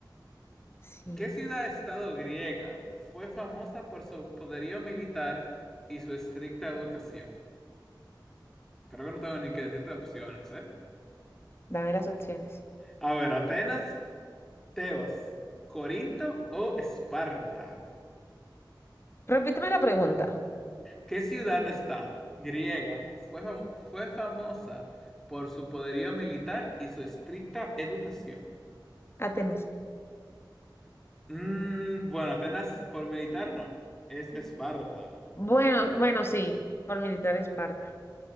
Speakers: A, on the left; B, in the centre.
A: Sí,
B: ¿qué ciudad-estado griega fue famosa por su poderío militar y su estricta educación? Creo que no tengo ni que decirte opciones, ¿eh?
A: dame las opciones.
B: A ver, Atenas, Tebas, Corinto o Esparta.
A: Repíteme la pregunta.
B: ¿Qué ciudad-estado griega fue, famo- fue famosa por su poderío militar y su estricta educación?
A: Atenas.
B: Mm, bueno, Atenas por militar no, es Esparta.
A: Bueno, bueno, sí, por militar Esparta.